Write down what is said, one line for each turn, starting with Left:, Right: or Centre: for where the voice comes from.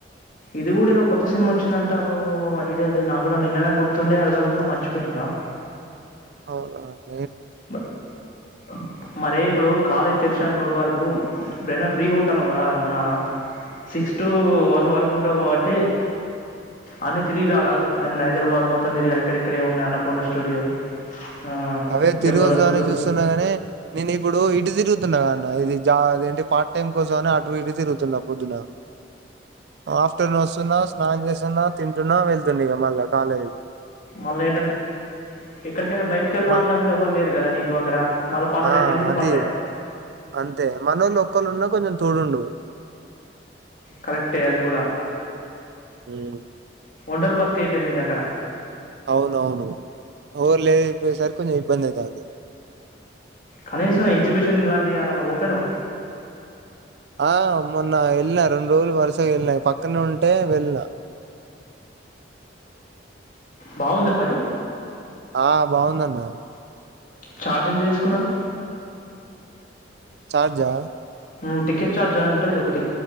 Left: ఇది కూడా ఏదో కొత్త సినిమా వచ్చిందంటారు ఐడియాలెదు నా కూడా నిన్ననె గుర్తుండే అడుగుదామనుకున్న మర్చిపోయిన రా ఆ
Right: అవున
Left: బ ఓకే మరే ఇప్పుడు కాలేజీ తెరిసే అన్ని రోజుల వరకు ఇప్పుడైనా ఫ్రీగా ఉంటానవ్ గా మన సిక్స్ టు వన్ వరకు ఉంటావు కాబట్టి అన్ని తిరిగి ర రాదు అన్న హైదరాబాద్ మొత్తం తిరిగి ఎక్కడెక్కడ ఏమ్ ఉన్నాయి అన్నపూర్ణ స్టూడియో ఆ
Right: అవే తిరిగొస్తాం
Left: జబర్దస్త్
Right: అని చూస్తున్నా గని నేను ఇప్పుడు ఇటు తిరుగుతున్నా గా అన్న ఇది జ ఇదేంటి పార్ట్ టైమ్ కోసం అని అటు ఇటు తిరుగుతున్నా పొద్దున ఆఫ్టర్నూన్ వస్తున్నా స్నానం చేస్తున్నా తింటున్నా వెళ్తుంది ఇగ మళ్ళా కాలేజీ
Left: మళ్ళా ఏటన్ ఎక్కడికైనా బయట కెళ్దామన్నా
Right: మళ్
Left: కూడా ఎవ్వరు లేరు కదా నీకు అక్కడ మళ్ళ పన్నుడే
Right: ఆ
Left: తినుడు
Right: అది
Left: పన్నుడే
Right: అంతే మనోళ్ళు ఒక్కలున్నా కొంచెం తోడుండు
Left: కలెక్టే అది కూడా
Right: ఉం
Left: ఒండర్బాత్కైపోయింది నీకాక్కడ
Right: అవునవును ఎవర్లేదు పోసరికి కొంచెం ఇబ్బంది అఇతంది
Left: కనీసం ఎగ్జిబిషన్ ఇలాంటియానాన్న పొపెనవ్
Right: ఆ మొన్న వెళ్ళిన రెండు రోజులు వరుసగా వెళ్ళినా పక్కనే ఉంటే వెళ్ళిన
Left: బాగుందా మరి
Right: ఆ బాగుందన్న
Left: ఛార్జ్ ఎంత తీసుకున్నారు
Right: చార్జా
Left: ఉం టికెట్ ఛార్జ్ అని ఉంటది గా ఒకటి